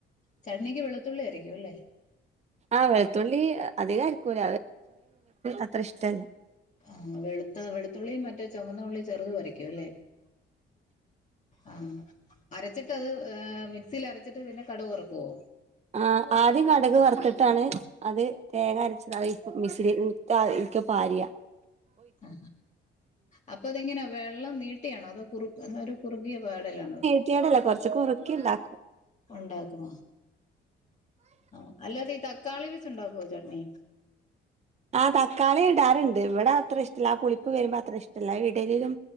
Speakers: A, on the left; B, on the right.
A: ചട്ണിക്ക് വെളുത്തുള്ളി അരയ്ക്കും അല്ലേ
B: ആഹ്! വെളുത്തുള്ളി അധികം അരക്കൂല അത്ര ഇഷ്ടല്ല.
A: ആഹ്! വെളുത്ത് വെളുത്തുള്ളിയും മറ്റേ ചുവന്നുള്ളി ചെറുത് അരക്കും അല്ലേ? ആഹ്! അരച്ചിട്ട് അത് മിക്സിൽ അരച്ചിട്ട് പിന്നെ കടുക്‌ വറക്കുവോ?
B: ആ ആദ്യം കടക് വറത്തിട്ടാണ്. അത് തേങ്ങ അരച്ച മിക്സിലിട്ട് പാര.
A: ആ അപ്പൊ അതെങ്ങനെയാ വെള്ളം നീട്ടിയാണോ അതോ കുറ ഒരു കുറുകിയ പാടലാണോ?
B: നീട്ടിയിട്ടല്ല കുറച്ചു കുറുക്കിണ്ടാക്കും.
A: ഉണ്ടാക്കും ആ അല്ലാതെ ഈ തക്കാളി വെച്ച് ഉണ്ടാക്കുവോ ചട്ണി?
B: ആഹ്! തക്കാളി ഇടാറുണ്ട് ഇവിടെ അത്ര ഇഷ്ടമല്ല ആ പുളിപ്പ് വരുമ്പോ അത്ര ഇഷ്ടമല്ല ഇടലിലും.